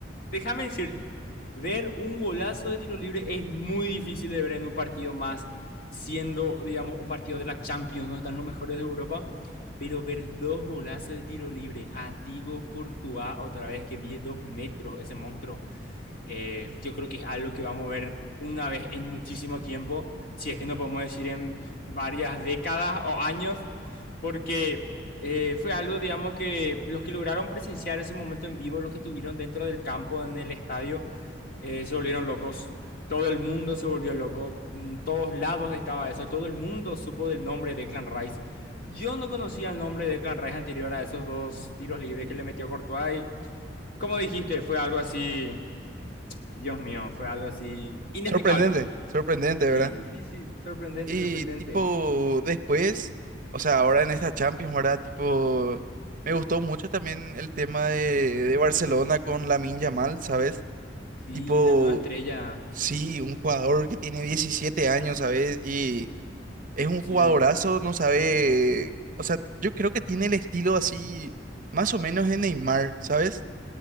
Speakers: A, on the left; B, on the right.
A: déjame decirte, ver un golazo de tiro libre es muy difícil de ver en un partido más, siendo, digamos, un partido de la Champions, donde están los mejores de Europa, pero ver dos golazos de tiro libre, a Thibaut Courtois, otra vez que mide dos metros ese monstruo, eh, yo creo que es algo que vamos a ver una vez en muchísimo tiempo, si es que no podemos decir en <laughs> varias décadas o años, porque eh, fue algo, digamos, que los que lograron presenciar ese momento en vivo, los que estuvieron dentro del campo, en el estadio, eh, se volvieron locos. Todo el mundo se volvió loco, en todos lados estaba eso, todo el mundo supo del nombre de Clan Rice. Yo no conocía el nombre de Clan Rice anterior a esos dos tiros libres que le metió Courtois y, como dijiste, fue algo así Dios mío, fue algo así inexplicable.
B: Sorprendente, sorprendente,
A: Sí,
B: ¿verdad?
A: sí, sí, sorprendente,
B: Y
A: sorprendente.
B: tipo, después, o sea, ahora en esta Champions, ¿verdad? Tipo, me gustó mucho también el tema de, de Barcelona con Lamine Yamal, ¿sabes?
A: Sí,
B: Tipo,
A: la nueva estrella,
B: sí, un jugador que tiene 17 años, ¿sabes? Y Es un
A: sí,
B: jugadorazo, no sabe, o sea, yo creo que tiene el estilo así, más o menos de Neymar, ¿sabes?